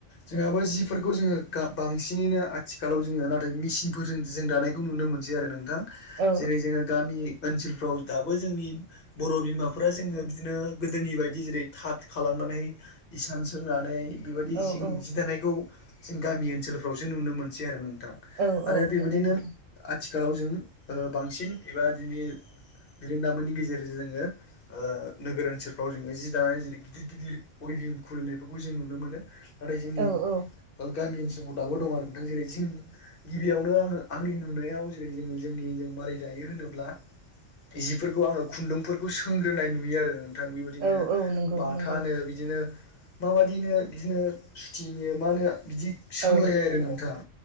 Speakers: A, on the left (about 45°); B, on the right (about 75°).
A: जोंहाबो जिफोरखौ जोङो गाब बांसिनैनो आथिखालाव जोङो नाथाय मेसिनफोरजों जों दानायखौ नुनो मोनसै आरो नोंथां।
B: औ
A: जेरै जोङो गामि ओनसोलफ्राव दाबो जोंनि बर' बिमाफोरा जोङो बिदिनो गोदोनि बायदि जेरै थाद खालामनानै इसान सोंनानै बेबायदि
B: औ
A: जिं
B: औ
A: जि दानायखौ जों गामि ओनसोलफ्रावसो नुनो मोनसै आरो नोंथां।
B: औ
A: आरो
B: औ
A: बेबायदिनो
B: नंगौ नोंथां
A: आथिखालाव जों ओ बांसिन एबा दिनै बिरोंदामोननि गेजेरजों जोङो ओ नोगोर ओनसोलफ्राव जोङो जि दानाय जेरै गिदिर गिदिर वेभिं खुलिनायफोरखौ जों नुनो मोनो। नाथाय जोंनि
B: औ औ
A: गामि ओनसोलाव दाबो दङ आरो नोंथां जेरै जि गिबियावनो आङो आंनि नुनायाव जेरै जोङो जोंनिजों मारै दायो होनोब्ला जिफोरखौ आङो खुन्दुंफोरखौ सोंग्रोनाय नुयो आरो। माथा बेबायदिनो
B: औ औ नंगौ
A: माथानो
B: नंगौ
A: बिदिनो माबायदिनो बिदिनो सुथिनो मा होन बिदि सोंलाय
B: औ
A: आरो नोंथाङा